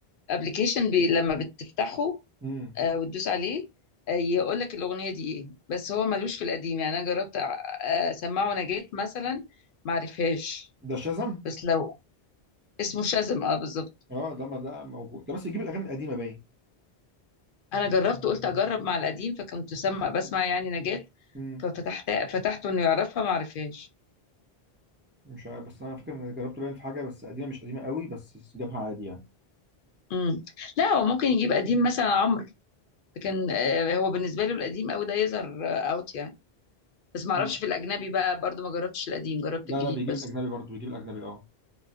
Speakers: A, on the left (about 65°); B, on the right (about 15°).
A: ابلكيشن بي لما بتفتحه
B: امم
A: آه، وتدوس عليه يقول لك الاغنيه دي ايه بس هو ملوش في القديم يعني انا جربت أ- اسمعه نجاة مثلا ما عرفهاش
B: ده شازم
A: بس لو اسمه شازم اه بالظبط
B: اه ده ما ده موجود ده بس يجيب الاغاني القديمه باين
A: انا جربت قلت اجرب مع القديم فكنت سمع بسمع يعني نجاة
B: امم
A: ففتحت فتحته انه يعرفها ما عرفهاش
B: مش عارف بس انا فاكر ان أنا جربت باين في حاجه بس قديمه مش قديمه قوي بس جابها عادي يعني
A: امم لا هو ممكن يجيب قديم مثلا عمرو لكن آه، هو بالنسبه له القديم قوي ده يظهر اوت يعني بس ما اعرفش
B: ممكن
A: في الاجنبي بقى برضو ما جربتش القديم جربت
B: لا
A: الجديد
B: لا بيجيب
A: بس
B: الاجنبي برضه بيجيب الاجنبي اه